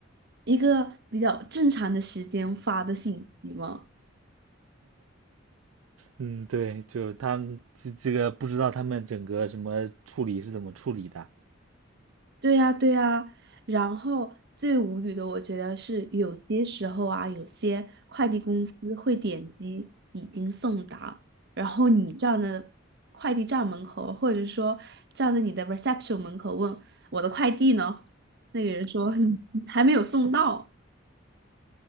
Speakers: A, on the right; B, on the right.
A: 一个比较正常的时间发的信息吗？
B: 嗯，对，就是他们这这个不知道他们整个什么处理是怎么处理的。
A: 对呀，对呀，然后最无语的，我觉得是有些时候啊，有些快递公司会点击已经送达，然后你站在快递站门口，或者说站在你的 reception 门口问我的快递呢？那个人说嗯 <laughs> 还没有送到。